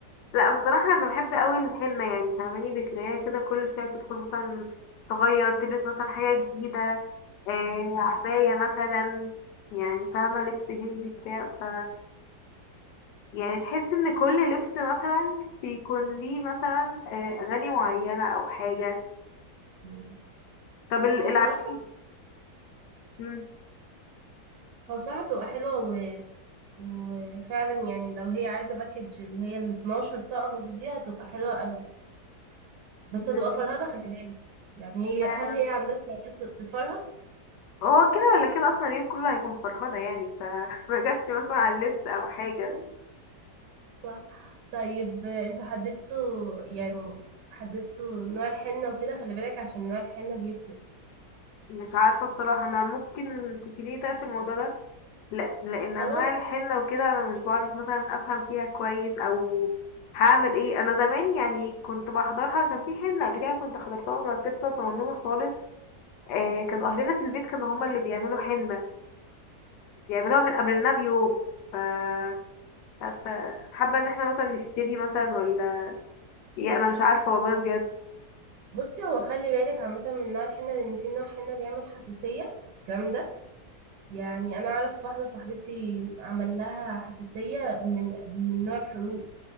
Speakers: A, on the left; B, on the right.
A: لا بصراحة أنا بحب أوي الحنة يعني فاهماني بتلاقيها كده كل شوية بتدخل مثلا تغير تلبس مثلا حاجة جديدة آه عباية مثلا يعني فاهمة لبس هندي بتاع ف يعني تحس إن كل لبس مثلا بيكون ليه مثلا آه أغاني معينة أو حاجة
B: مم.
A: طب ال-
B: هو
A: العفيف
B: بصراحه
A: مم.
B: هو بصراحه بتبقى حلوه و... وفعلا يعني لو هي عايزه باكج اللي هي ال 12 طقم دي هتبقى حلوه قوي بس هتبقى
A: بس-
B: فرهده خلي بالك يعني
A: اشمعنى؟
B: هي هل هي عندها استعداد تتفرهد
A: هو كده ولا كده أصلا اليوم كله هيكون فرهدة يعني فمجتش <laughs> مثلا على اللبس أو حاجة
B: صح طيب انتوا حددتوا يعني حددتوا نوع الحنه وكده خلي بالك عشان نوع الحنه بيفرق
A: مش عارفة بصراحة أنا ممكن تفيديني طيب في الموضوع ده لا لأن
B: خلاص
A: أنواع الحنة
B: ماشي
A: وكده أنا مش بعرف مثلا أفهم فيها كويس أو هعمل ايه أنا زمان يعني كنت بحضرها كان في حنة قبل كده كنت حضرتها وأنا طفلة صغنونة خالص آه كان أهلنا في البيت كانوا هما اللي بيعملوا حنة بيعملوها من قبلنا بيوم ف مش عارفة حابة إن احنا مثلا نشتري مثلا ولا ايه أنا مش عارفة والله بجد
B: بصي هو خلي بالك عامه من نوع الحنه لان في نوع حنه بيعمل حساسيه جامده يعني انا اعرف واحده صاحبتي عمل لها حساسيه من من نوع الحروق